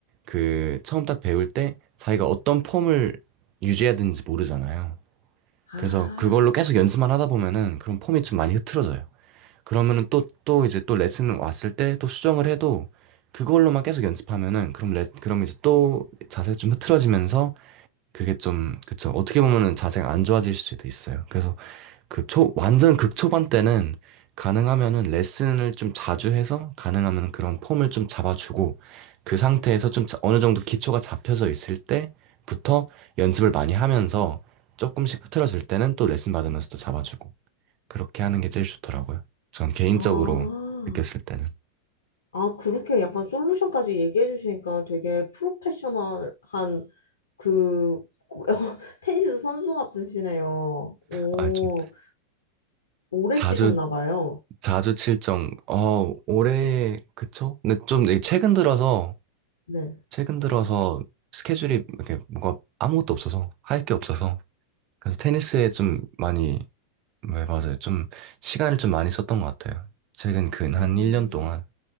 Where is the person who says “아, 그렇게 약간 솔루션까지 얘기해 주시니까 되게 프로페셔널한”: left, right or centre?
Left